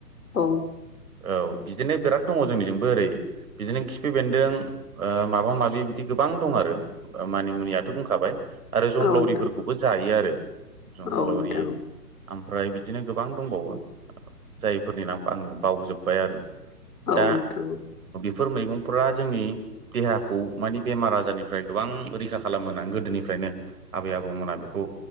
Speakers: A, on the left; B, on the right.
A: औ
B: औ बिदिनो बिराद दङ जोंनिजोंबो ओरै बिदिनो खिफि बेन्दों आ माबा माबि बिदि गोबां दं आरो मानि मुनियाथ' बुंखाबाय आरो जंग्लावरिफोरखौबो
A: औ नोंथां
B: जायो आरो जंग्लावरि
A: औ नोंथां।
B: ओमफ्राय बिदिनो गोबां दंबावो जायफोरनि नाम आङो बावजोब्बाय आरो दा
A: औ नोंथां औ।
B: बेफोर मैगंफोरा जोंनि देहाखौ मानि बेमार आजारनिफ्राय गोबां रैखा खालामो होनना गोदोनिफ्राय आबै आबौमोना बेखौ